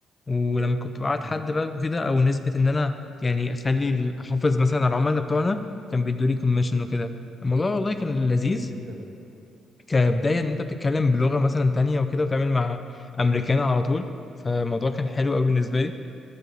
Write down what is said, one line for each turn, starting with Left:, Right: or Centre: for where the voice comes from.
Left: ولما كنت بقعد
Right: مم.
Left: حد بقى وكده او نسبه ان انا يعني اخلي ال- احافظ مثلا على العملاء بتوعنا كان بيدوا لي كوميشن وكده الموضوع والله كان لذيذ
Right: حلو جدا
Left: كبداية إن أنت بتتكلم بلغة مثلا تانية وكده وتعمل مع أمريكان على طول فالموضوع كان حلو أوي بالنسبة لي